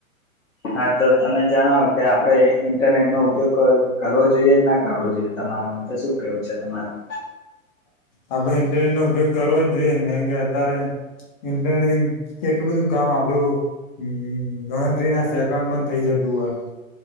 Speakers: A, on the left; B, on the left.
A: હા તો તમે જણાવો કે આપણે ઇન્ટરનેટ નો ઉપયોગ કરવો જોઈએ કે ના કરવો જોઈએ તમારા માટે શું કેવું છે તમારું
B: આપણે ઇન્ટરનેટ નો ઉપયોગ કરવો જ જોઈએ ક કે અત્યારે <unintelligible> ઇન્ટરનેટંગ એટલું બધું કામ આપડું <unintelligible> હમ ગણતરી ના સેકડ મ થઇ જતું હોય <unintelligible>